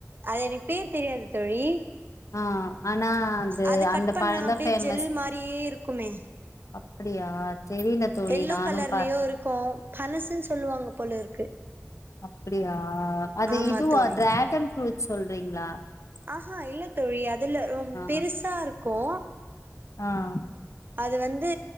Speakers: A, on the right (about 40°); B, on the left (about 80°).
A: அது ரிப்பேர் தெரியாது தோழி
B: ஆ ஆனா
A: அது கட்
B: அந்த
A: பண்ண
B: பழந்தா
A: அப்டியே
B: ஃபேமஸ்
A: ஜெல் மாரியே இருக்குமே
B: அப்டியா தெரில தோழி
A: யெல்லோ
B: நானு
A: கலர்லயோ
B: ப
A: இருக்கோ பனசுன் சொல்லுவாங்க போல இருக்
B: அப்படியா அது
A: ஆமா
B: இதுவ
A: தோழி
B: டிராகன் ஃப்ரூட்ஸ் சொல் றிங்களா
A: ஆஹா இல்ல தோழி அதுல்ல ரொ
B: ஆ
A: பெருசா இருக்கும்
B: ஆ
A: அது வந்து